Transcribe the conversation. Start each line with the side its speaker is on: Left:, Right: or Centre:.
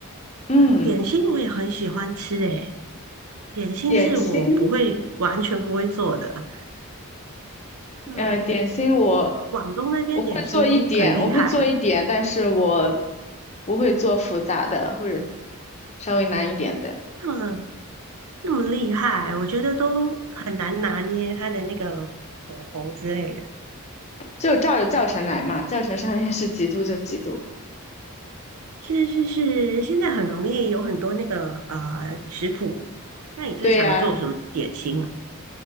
Left: 嗯，
Right: 对，点心我也很喜欢吃，诶，点心是我不会完全不会做的。
Left: 点心，
Right: 对，
Left: 呃，点心我
Right: 广东那边点心很厉害，
Left: 我会做一点，我会做一点，但是我不会做复杂的或者稍微难一点的，
Right: 那么那么厉害，我觉得都很难拿捏它的那个火候之类的。
Left: 就照着教程来嘛，教程上面是几度就几度，
Right: 是是是，现在很容易有很多那个呃食谱。那你最常做什么点心啊？
Left: 对呀、